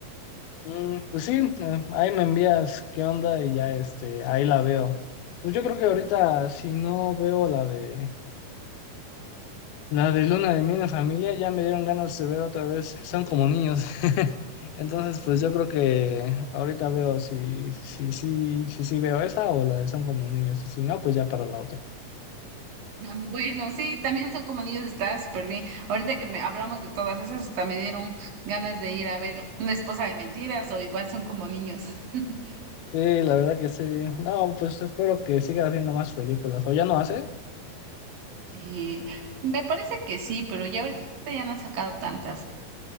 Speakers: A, on the left; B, on the right.
A: Mm, pues sí, eh, ahí me envías qué onda y ya, este, ahí la veo. Pues yo creo que ahorita si no veo la de La de luna de miel en familia ya me dieron ganas de ver otra vez. Son como niños. <laughs> Entonces, pues yo creo que ahorita veo si si si si, si veo esa o la de son como niños. Y Si no, pues ya para la otra.
B: Bueno, sí, también son como niños, está súper bien. Ahorita que me hablamos de todas esas, hasta me dieron ganas de ir a ver una esposa de mentiras o igual son como niños. <laughs>
A: Sí, la verdad que sí. No, pues espero que siga haciendo más películas. O ya no hace.
B: Eh, me parece que sí, pero ya ahorita ya no han sacado tantas.